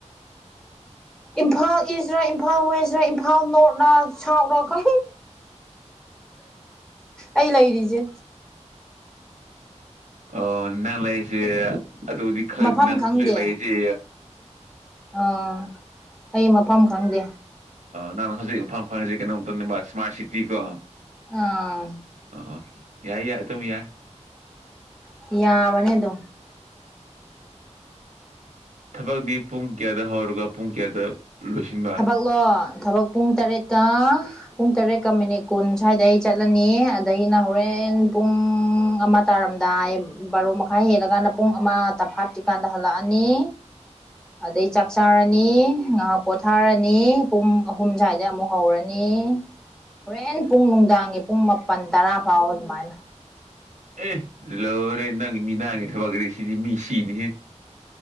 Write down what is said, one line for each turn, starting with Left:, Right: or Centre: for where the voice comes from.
Centre: ꯏꯝꯐꯥꯜ ꯏꯁꯔ ꯏꯝꯐꯥꯜ ꯋꯦꯁꯔ ꯏꯝꯐꯥꯜ ꯅꯣꯔꯠꯅ ꯁꯥꯎꯠꯅ ꯈ ꯑꯩ ꯂꯩꯔꯤꯖꯦ
Right: ꯑꯣ ꯅꯪ ꯂꯩꯁꯤꯦ ꯑꯗꯨꯗꯤ ꯈꯔ
Centre: ꯃꯐꯝ
Right: ꯅꯪꯖꯤ
Centre: ꯈꯪꯗꯦ
Right: ꯂꯥꯛꯏꯁꯦ
Centre: ꯑꯥ ꯑꯩ ꯃꯐꯝ ꯈꯪꯗꯦ
Right: ꯅꯪꯅ ꯍꯧꯖꯤꯛ ꯏꯝꯐꯥꯜ ꯐꯪꯉꯁꯤ ꯀꯩꯅꯣꯝꯇꯅꯦꯕ ꯏꯁꯃꯥꯔꯠ ꯁꯤꯇꯤ ꯀꯣ
Centre: ꯑꯥ
Right: ꯑꯣ ꯌꯥꯏ ꯌꯥꯏ ꯑꯗꯨꯝ ꯌꯥꯏ
Centre: ꯄꯌꯥꯕꯅꯦꯗꯣ
Right: ꯊꯕꯛꯇꯤ ꯄꯨꯡ ꯀꯌꯥꯗ ꯍꯧꯔꯒ ꯄꯨꯡ ꯀꯌꯥꯗ ꯂꯣꯏꯁꯤꯟꯕ
Centre: ꯊꯣꯛꯥꯛꯂꯣ ꯊꯕꯛ ꯄꯨꯡ ꯇꯔꯦꯠꯇ ꯄꯨꯡ ꯇꯔꯦꯠꯀ ꯃꯤꯅꯤꯠ ꯀꯨꯟ ꯁ꯭ꯋꯥꯏꯗ ꯑꯩ ꯆꯠꯂꯅꯤ ꯑꯗꯗꯒꯤꯅ ꯍꯣꯔꯦꯟ ꯄꯨꯡ ꯑꯃ ꯇꯥꯔꯝꯈꯥꯏ ꯕꯥꯔꯣ ꯃꯈꯥꯏ ꯍꯦꯜꯂꯀꯥꯟꯗ ꯄꯨꯡ ꯑꯃ ꯇꯐꯥꯠꯇ꯭ꯔꯤꯀꯥꯟꯗ ꯍꯜꯂꯛꯑꯅꯤ ꯑꯗꯩ ꯆꯥꯛ ꯆꯥꯔꯅꯤ ꯉꯥꯏꯍꯥꯛ ꯄꯣꯊꯥꯔꯅꯤ ꯄꯨꯝ ꯑꯍꯨꯝ ꯁ꯭ꯋꯥꯏꯗꯩ ꯑꯃꯨꯛ ꯍꯧꯔꯅꯤ ꯍꯣꯔꯦꯟ ꯄꯨꯡ ꯅꯨꯡꯗꯥꯡꯒꯤ ꯄꯨꯡ ꯃꯥꯄꯜ ꯇꯔꯥ ꯐꯥꯎ ꯑꯗꯨꯃꯥꯏꯅ
Right: ꯑꯦ ꯂꯧꯔꯦ ꯅꯪ ꯃꯤ ꯅꯅꯥꯉꯦ ꯊꯕꯛꯗꯤ ꯁꯤꯗꯤ ꯃꯤ ꯁꯤꯅꯤꯍꯦ